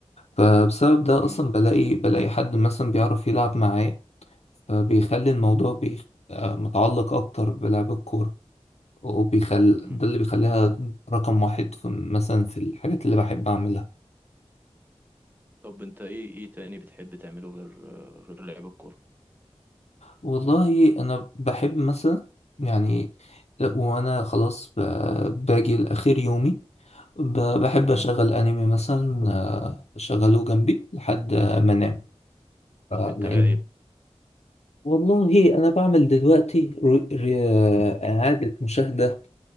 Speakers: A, on the left; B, on the right.
A: فبسبب ده
B: امم
A: اصلا بلاقي بلاقي حد مثلا بيعرف يلعب معايا فبيخلي الموضوع بي آه، متعلق اكتر بلعب الكورة وبيخل
B: مم.
A: ده اللي بيخليها رقم واحد في مثلا في الحاجات اللي بحب اعملها
B: طب انت ايه ايه تاني بتحب تعمله غير غير لعب الكورة
A: والله انا بحب مثلا يعني وانا خلاص ب- باجي لاخر يومي ب- بحب
B: مم.
A: اشغل انمي مثلا آه، اشغله جنبي لحد ما انام آه،
B: بتتابع
A: لان
B: ايه
A: والله انا بعمل دلوقتي رو- ر- اعادة مشاهدة